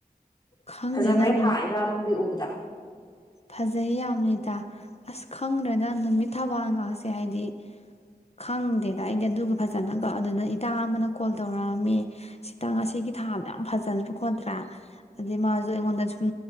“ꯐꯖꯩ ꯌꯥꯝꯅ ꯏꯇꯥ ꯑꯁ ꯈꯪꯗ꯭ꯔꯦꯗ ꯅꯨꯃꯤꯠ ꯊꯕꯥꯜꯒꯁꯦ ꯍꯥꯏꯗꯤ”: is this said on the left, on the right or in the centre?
Left